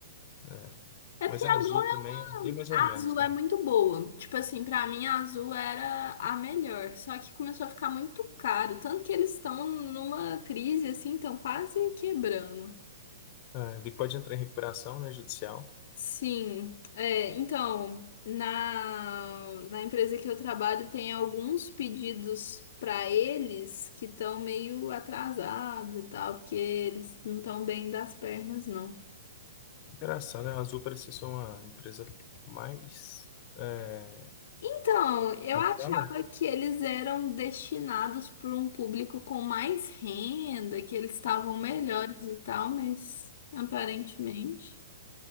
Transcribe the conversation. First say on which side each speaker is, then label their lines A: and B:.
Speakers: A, on the left (about 35°); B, on the left (about 55°).
A: né?
B: É
A: Mas
B: porque a
A: a Azul
B: Gol
A: também é bem mais
B: A
A: ou menos,
B: azul é
A: né?
B: muito boa. Tipo assim, pra mim a azul era a melhor. Só que começou a ficar muito caro. Tanto que eles estão numa crise, assim, estão quase quebrando.
A: É, vi que pode entrar em recuperação, né, judicial.
B: Sim. É, então, na, na empresa que eu trabalho, tem alguns pedidos pra eles que estão meio atrasados e tal, porque eles não estão bem das pernas, não.
A: Engraçado, né? A Azul parecia ser uma empresa mais... é,
B: Então, eu
A: como
B: achava
A: é que fala?
B: que eles eram destinados para um público com mais renda, que eles estavam melhores e tal, mas aparentemente